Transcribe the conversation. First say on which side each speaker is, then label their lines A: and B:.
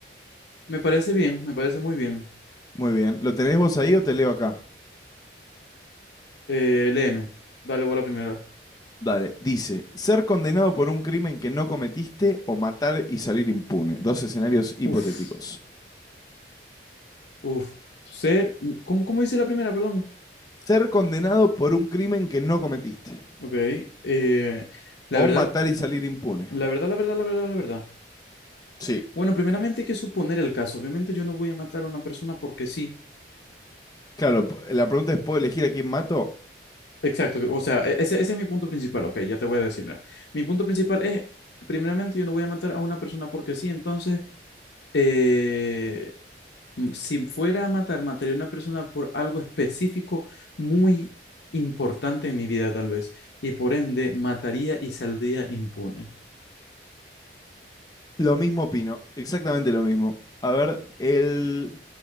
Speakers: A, on the left; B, on the left.
A: Me parece bien, me parece muy bien.
B: Muy bien, ¿lo tenés vos ahí o te leo acá?
A: Eh, léeme. Dale vos la primera.
B: Dale, dice, ser condenado por un crimen que no cometiste o matar y salir impune. Dos escenarios hipotéticos.
A: Uf, uf. Ser. mm, ¿Cómo, cómo dice la primera, perdón?
B: Ser condenado por un crimen que no cometiste
A: Ok. eh, la
B: o
A: verdad,
B: matar y salir impune.
A: la verdad, la verdad, la verdad, la verdad.
B: Sí,
A: Bueno, primeramente hay que suponer el caso. Obviamente yo no voy a matar a una persona porque sí.
B: claro, p- la pregunta es, ¿puedo elegir a quién mato?
A: Exacto, o sea, e- ese, ese es mi punto principal, ok, ya te voy a decir, mira. Mi punto principal es, primeramente, yo no voy a matar a una persona porque sí, entonces, eh, m- si fuera a matar, mataría a una persona por algo específico muy importante en mi vida, tal vez, y por ende, mataría y saldría impune.
B: Lo mismo opino, exactamente lo mismo. A ver, el